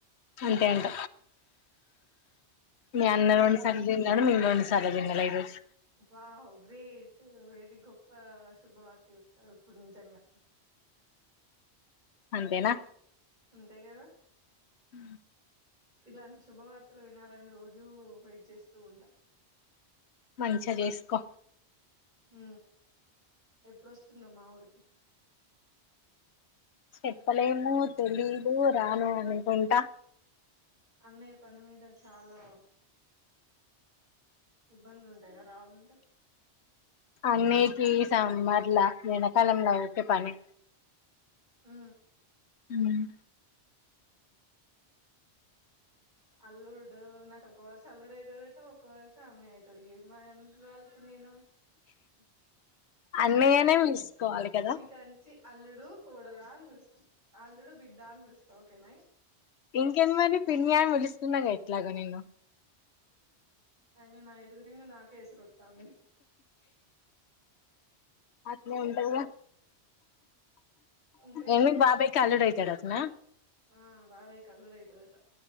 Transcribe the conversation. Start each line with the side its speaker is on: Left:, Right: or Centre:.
Left: అంతే అంట మీ అన్న
Right: నువ్వు
Left: రెండుసార్లు
Right: పెడ
Left: తిన్నాడు మేము మ చాలా తినలా ఈ రోజు
Right: వావ్ గ్రేట్ వెరీ గొప్ప శుభవార్త ఇస్తారు ఇప్పుడు నిజంగా
Left: అంతేనా
Right: అంతే కద
Left: ఉమ్
Right: ఇలాంటి శుభవార్తలు వినాలని రోజూ వెయిట్ చేస్తూ ఉంటాం
Left: మంచిగా చేసుకో
Right: హ ఎప్పుడుొస్తున్నా మా ఊరికి
Left: చెప్పలేము తెలీదు రాను అనుకుంటా
Right: అన్నయ్య పని మీద చాలా ఇబ్బందులు ఉంటాయా రావాలంటే
Left: అన్నిక సమ్మర్లా వెనకాలంలో ఒకే పని
Right: ఉ
Left: ఉమ్
Right: అల్లుడు నాకు ఒక వరుస అల్లుడు అవుతాడుటో ఒక్క వరుస అన్న అవుతాడు మా ఎందులో వెళ్త నేను
Left: అన్నయ్యనే
Right: చీకాంచి
Left: పిలుసుకోవాలి కదా
Right: చకాంచి అల్లుడుూ కోడలా అని పిలుస్తా అల్లుడు బిడ్డ అని పిలుస్తా ఓకేనా
Left: ఇంకాఏంది మరి పన్యాన్ విలి తన్నగా ఇట్లాగా నను
Right: అయనా నా ఎటూ తిరిగిన నాక్ కేసోత మ
Left: అత్ అభి
Right: అంతేగా
Left: ఏమి బాబాయికిలడై తడతున్నా
Right: ఆ బావే కళడ తుట